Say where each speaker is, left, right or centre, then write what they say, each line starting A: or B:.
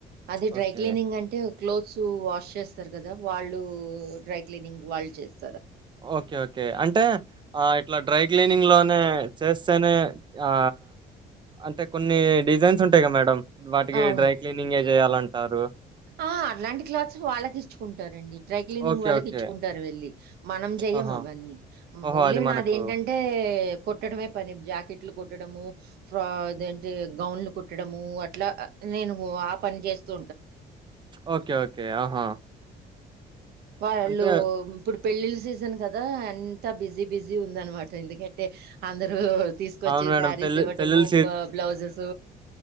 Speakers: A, on the right; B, on the right.
A: అది డ్రై
B: ఓకే.
A: క్లీనింగ్ అంటే క్లోత్స్ వాష్ చేస్తరు. కదా వాళ్ళు డ్రై క్లీనింగ్ వాళ్ చేెస్
B: ఓకే ఓకే అంటే ఆ ఇట్లా డ్రై క్లీనింగ్ లోనే చేస్తేనే ఆ అంటే కొన్ని డిజైన్స్ ఉంటాయి. కా మేడం వాటికి
A: అవును
B: డ్రై క్లీనింగే జేయాలంటారు.
A: ఆహా అట్లాంటి క్లాత్స్ వాళ్ళ కిచ్చుకుంటారండి. Dry cleaning
B: okay.
A: వాళ్ళ
B: ఓకే.
A: కిచ్చుకుంటారు వెళ్ళి మనం చెయ్యం
B: ఆహా!
A: అవన్నీ
B: ఓహో!
A: ఓన్లీ
B: అది మనకు
A: నాది ఏంటంటే కుట్టడమే పని జాకెట్లు కుట్టడము ఫ్ర అదేంటి గౌన్లు కుట్టడము ఇట్లా నేను ఆ పని చేస్తూ
B: ఓకే ఓకే ఆహా
A: వాళ్ళు
B: అంటే
A: ఇప్పుడు పెళ్ళిళ్ళ సీజన్ కదా అంతా బిజీ బిజీ ఉందనమాట ఎందుకంటే అందరు తీసుకొచ్చి
B: అవును మేడం.
A: శారీస్
B: పెళ్లి
A: ఇవ్వటము
B: పెళ్ళిళ్ళ
A: బ్లౌ బ్లౌజెస్